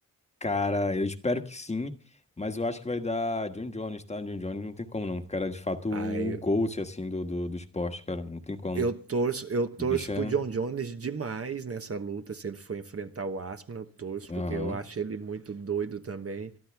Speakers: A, on the left; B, on the right.
A: Cara, eu espero que sim, mas eu acho que vai dar John Jones, tá? John Jones não tem como não. Cara, é de fato,
B: Aí
A: o GOAT, assim, do, do, do esporte, cara, não tem como.
B: Eu torço, eu torço
A: O bicho é...
B: pro John Jones demais nessa luta. Se ele for enfrentar o Aspinall, eu torço,
A: Aham.
B: porque eu acho ele muito doido também.